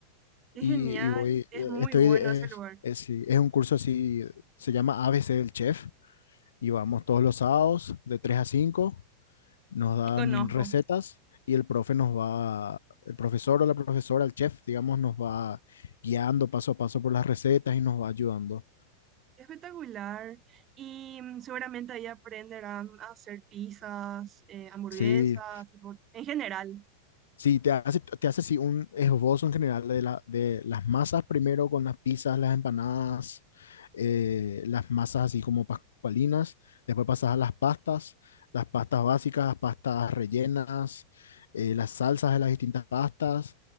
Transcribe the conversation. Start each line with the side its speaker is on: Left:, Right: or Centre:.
Right: Qué
Left: y,
Right: genial,
Left: y voy,
Right: es
Left: eh,
Right: muy
Left: estoy,
Right: bueno
Left: es,
Right: ese lugar.
Left: es, sí, es un curso así, se llama A B C del Chef y vamos todos los sábados de 3 a cinco nos dan
Right: Y conozco,
Left: recetas y el profe nos va, el profesor o la profesora, el chef, digamos, nos va guiando paso a paso por las recetas y nos va ayudando.
Right: espectacular. Y mm, seguramente ahí aprenderán a hacer pizzas, eh, hamburguesas,
Left: Sí,
Right: tipo, en general.
Left: Sí, te hace, te hace así un esbozo en general de, la, de las masas primero con las pizzas, las empanadas, eh, las masas así como pascualinas, después pasas a las pastas, las pastas básicas, las pastas rellenas, eh, las salsas de las distintas pastas.